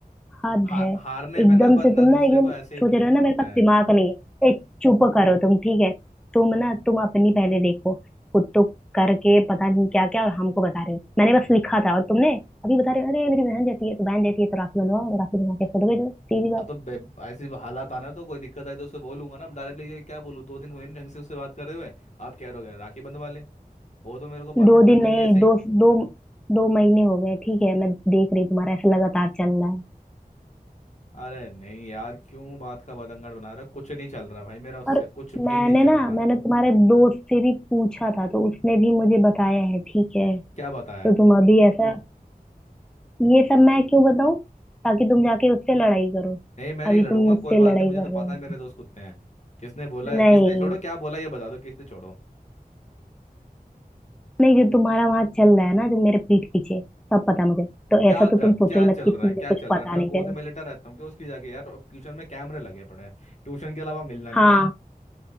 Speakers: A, in the centre; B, on the left.
A: हद
B: हा,
A: है
B: हारने
A: एकदम
B: पे ना बंदा
A: से तुम ना
B: दूसरे
A: एकदम
B: को ऐसे ही
A: सोच
B: ब्लेम
A: रहे हो
B: करता
A: ना मेरे पास
B: है
A: दिमाग नहीं है ए चुप करो तुम ठीक है तुम ना तुम अपनी पहले देखो खुद तो करके पता नहीं क्या क्या और हमको बता रहे हो मैंने बस
B: हाँ
A: लिखा था और तुमने अभी बता रहे हो अरे मेरी बहन जैसी है तो बहन जैसी है तो राखी बनवाओ राखी बनवा के फोटो भेजो सीधी बात
B: हाँ तो बे- ऐसी हालात आना तो कोई दिक्कत आई तो उससे बोलूंगा ना डायरेक्टली क्या बोलूँ दो दिन हुए नहीं ढंग से उससे बात करे हुए आप क्या हो गए राखी बंधवा ले वो तो मेरे को परवट
A: दो
B: समझेगी
A: दिन नहीं
B: ऐसे
A: दो
B: ही
A: दो दो महीने हो गए ठीक है मैं देख रही हूँ तुम्हारा ऐसा लगातार चल रहा है
B: अरे नहीं यार क्यों बात का बतंगड़ बना रहे हो कुछ नहीं चल रहा भाई मेरा उससे
A: और
B: कुछ भी
A: मैंने
B: नहीं
A: ना
B: चल रहा
A: मैंने तुम्हारे दोस्त से भी पूछा था तो उसने भी मुझे बताया है ठीक है
B: क्या बताया
A: तो तुम अभी ऐसा ये सब मैं क्यों बताऊं ताकि तुम जाके उससे लड़ाई करो
B: नहीं मैं नहीं
A: अभी
B: लड़ूंगा
A: तुम मुझसे
B: कोई बात
A: लड़ाई
B: नहीं मुझे
A: कर
B: तो पता
A: रहे हो
B: है मेरे दोस्त कुत्ते हैं किसने बोला है
A: नहीं
B: किसने छोड़ो क्या बोला ये बता दो किसने छोड़ो
A: नहीं जो तुम्हारा वहां चल रहा है ना जो मेरे पीठ पीछे सब पता है मुझे तो
B: क्या
A: ऐसा तो
B: कर
A: तुम सोचो
B: क्या
A: ही मत
B: चल
A: कि
B: रहा
A: मुझे
B: है क्या
A: कुछ
B: चल
A: पता
B: रहा है मैं
A: नहीं
B: गोद
A: चले
B: में लेटा रहता हूँ कि उसकी जाके यार ट्यूशन में कैमरे लगे पड़े हैं ट्यूशन के अलावा मिलना नहीं
A: हाँ
B: होता